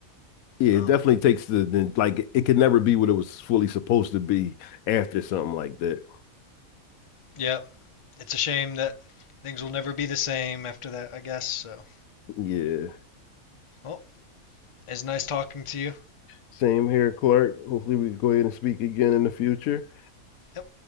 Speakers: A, on the left; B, on the left.
A: yeah,
B: Well,
A: it definitely takes the, the like it could never be what it was fully supposed to be after something like that.
B: yeah, it's a shame that things will never be the same after that, I guess. So,
A: Yeah.
B: well, it's nice talking to you.
A: Same here, Clark. Hopefully we can go ahead and speak again in the future.
B: Yep.